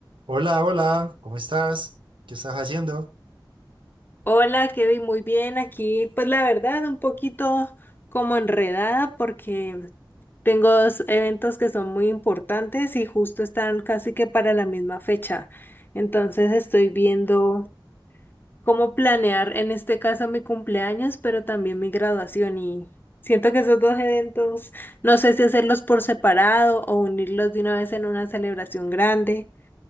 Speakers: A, on the right; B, on the left.
A: Hola, hola, ¿cómo estás? ¿Qué estás haciendo?
B: Hola, Kevin, muy bien. Aquí, pues la verdad, un poquito como enredada porque tengo dos eventos que son muy importantes y justo están casi que para la misma fecha. Entonces estoy viendo cómo planear en este caso mi cumpleaños, pero también mi graduación y siento que esos dos eventos, no sé si hacerlos por separado o unirlos de una vez en una celebración grande,